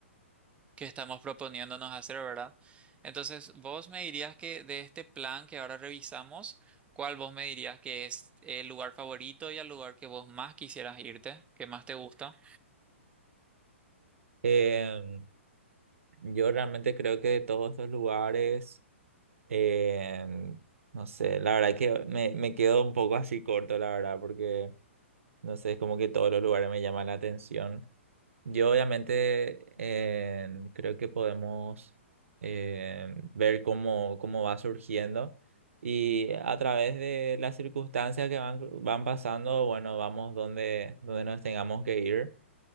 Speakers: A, on the right (about 15°); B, on the right (about 75°).
A: que estamos proponiéndonos hacer, ¿verdad? Entonces, vos me dirías que de este plan que ahora revisamos, ¿cuál vos me dirías que es el lugar favorito y el lugar que vos más quisieras irte, que más te gusta?
B: Em, yo realmente creo que de todos estos lugares, em, no sé, la verdad que me, me quedo un poco así corto, la verdad, porque no sé, es como que todos los lugares me llaman la atención. Yo obviamente eh, creo que podemos eh, ver cómo, cómo va surgiendo y a través de las circunstancias que van, van pasando, bueno, vamos donde, donde nos tengamos que ir.